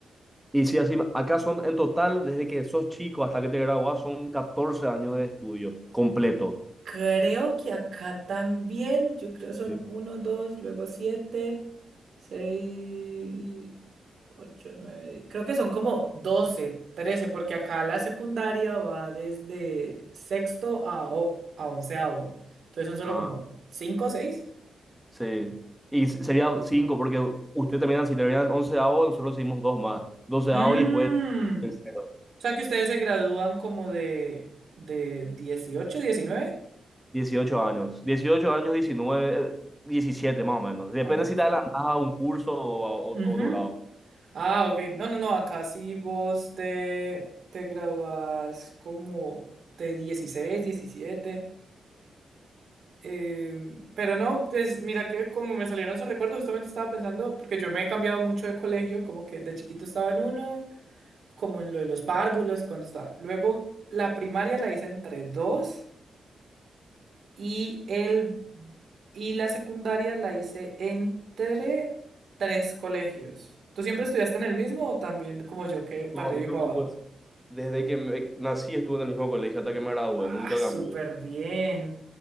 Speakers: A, in the centre; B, on the right.
A: Y sí, así, acá son en total, desde que sos chico hasta que te gradúas, son 14 años de estudio completo.
B: Creo que acá también, yo creo son
A: Sí.
B: uno, dos, luego siete, seis. ocho 9 creo que son como 12 13 porque acá la secundaria va desde sexto a, o- a onceavo. Entonces son solo
A: Ah,
B: como cinco o 6.
A: sí. Y s- sería 5 porque usted terminan, si terminan 11 onceavo, nosotros seguimos dos más. 12
B: Mm,
A: y después
B: o
A: tercero.
B: sea que ustedes se gradúan como de, de dieciocho diecinueve
A: dieciocho años, 18 años, 19 eh, 17 más o menos. Depende
B: Ah, Ok.
A: si te adelantas a un curso o a otro,
B: Ujú.
A: otro lado.
B: Ah, ok. No, no, no. Acá sí vos te, te gradúas como de dieciséis diecisiete Eh, pero no, pues mira que como me salieron esos recuerdos, justamente estaba pensando, porque yo me he cambiado mucho de colegio, como que de chiquito estaba en uno, como en lo de los párvulos y cuando estaba. Luego la primaria la hice entre dos y el y la secundaria la hice entre tres colegios. ¿Tú siempre estudiaste en el mismo o también como yo que para
A: No,
B: arriba y
A: yo
B: para
A: estuve,
B: abajo?
A: desde que me- nací estuve en el mismo colegio hasta que me gradué,
B: Ah,
A: nunca
B: súper
A: cambié.
B: bien.